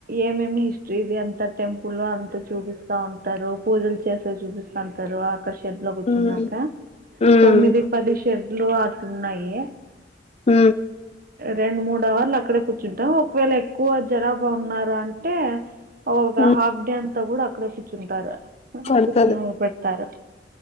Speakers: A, on the right; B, on the left.
A: ఏమేమి ఇష్ ఇది అంత టెంపుల్ అంత చూపిస్తా ఉంటారు. పూజలు చేస్తే చూపిస్తా ఉంటారు ఆకర్ షెడ్లు కూర్చున్నాక
B: ఉమ్ ఉమ్
A: తొమ్మిది పది షెడ్లు అట్లున్నాయి
B: ఉ
A: రెండు మూడు అవర్లు అక్కడే కూర్చుంటాం. ఒకవేళ ఎక్కువ జనాబా ఉన్నారు అంటే ఓక
B: ఉమ్
A: హాఫ్ డే అంతా కూడా అక్కడే కూర్చుంటారు
B: పడతది
A: కూర్చు పెడతారు